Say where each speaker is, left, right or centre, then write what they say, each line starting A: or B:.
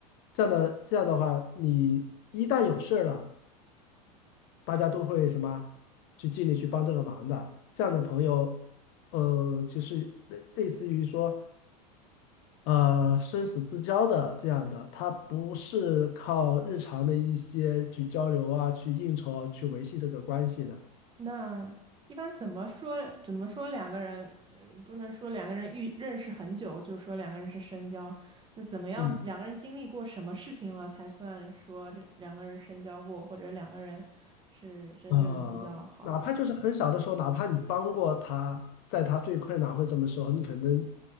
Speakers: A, on the left; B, on the right.
A: 这样的这样的话，你一旦有事儿了，大家都会什么去尽力去帮这个忙的。这样的朋友，呃，其实类类似于说呃生死之交的这样的，它不是靠日常的一些去交流啊、去应酬啊、去维系这个关系的。
B: 那一般怎么说？怎么说两个人？呃不能说两个人遇认识很久，就说两个人是深交。那怎么样？
A: 嗯。
B: 两个人经历过什么事情了，才算说这两个人深交过，或者两个人是真正比较好的呢？
A: 呃，哪怕就是很小的时候，哪怕你帮过他，在他最困难或者什么时候，你可能